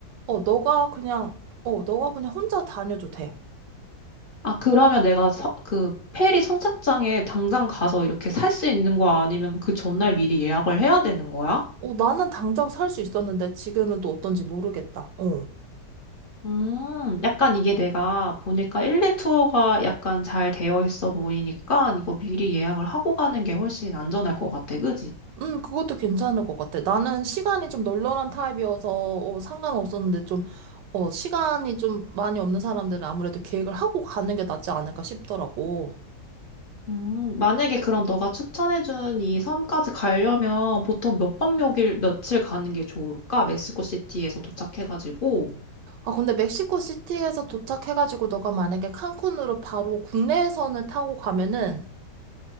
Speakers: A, on the right; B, on the left.
A: 어, 너가 그냥, 어, 너가 그냥 혼자 다녀도 돼.
B: 아, 그러면 내가 서, 그 페리 선착장에 당장 가서 이렇게 살 수 있는 거 아니면 그 전날 미리 예약을 해야 되는 거야?
A: 어, 나는 당장 살 수 있었는데 지금은 또 어떤지 모르겠다. 어.
B: 음, 약간 이게 내가 보니까 일2 투어가 약간 잘 되어 있어 보이니까 이거 미리 예약을 하고 가는 게 훨씬 안전할 것 같아, 그지?
A: 음, 그것도 괜찮을 것 같아. 나는 시간이 좀 널널한 타입이어서, 어, 상관없었는데 좀, 어, 시간이 좀 많이 없는 사람들은 아무래도 계획을 하고 가는 게 낫지 않을까 싶더라고.
B: 음, 만약에 그럼 너가 추천해준 이 섬까지 가려면 보통 몇 밤, 몇 일, 며칠 가는 게 좋을까? 멕시코 시티에서 도착해가지고.
A: 아, 근데 멕시코 시티에서 도착해가지고 너가 만약에 칸쿤으로 바로 국내에서는 타고 가면은,